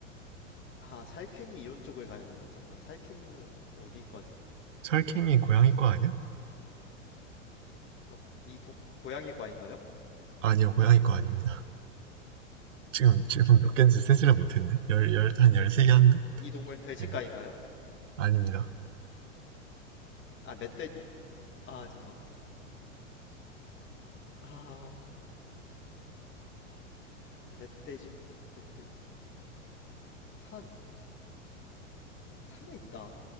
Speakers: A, on the left; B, on the right.
A: 아 사익행위 이론 쪽을 가야 되나? 잠만 사익행위는 어디까지?
B: 설캥이 고양이 거 아니야?
A: 어, 고- 이 동, 고양이과인가요?
B: 아니요, 고양이 거 아닙니다. 지금
A: 아,
B: 질문
A: 고양
B: 몇 개인지 세지를 못했네. 열, 열, 한 13개 한데?
A: 이 동물 은 돼지과인가요?
B: 네. 아닙니다.
A: 아 멧돼 아 잠만 그럼 아 멧돼지? 멧돼지 산 산에 있다